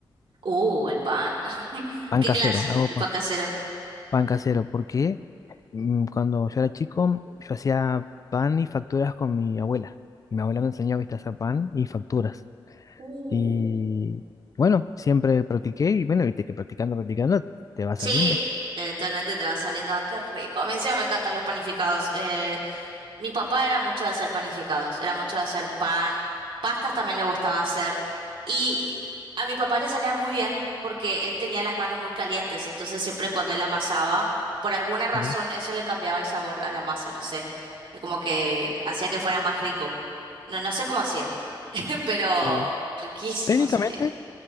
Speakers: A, on the right (about 70°); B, on the left (about 40°).
A: Uh, el pan. <laughs>
B: pan
A: ¿Qué
B: casero.
A: clase?
B: Hago
A: El
B: pan,
A: pan casero.
B: pan casero porque mm, cuando yo era chico yo hacía pan y facturas con mi abuela. Y mi abuela me enseñó, viste, a hacer pan y facturas.
A: Uh.
B: Y bueno, siempre practiqué y bueno, viste que practicando, practicando te va saliendo,
A: Sí, eventualmente te va saliendo. Ah, qué rico. A mí encima me encantan los panificados. Eh, Mi papá era mucho de hacer panificados, era mucho de hacer pan, pastas también le gustaba hacer y a mi papá le salían muy bien porque él tenía las manos muy calientes, entonces siempre cuando él amasaba, por alguna razón
B: ¿verdad?
A: eso le cambiaba el sabor a la masa, no sé, eh, como que hacía que fuera más rico. No, no sé cómo hacía, <laughs> pero
B: Sí.
A: riquísimo
B: Técnicamente,
A: salía.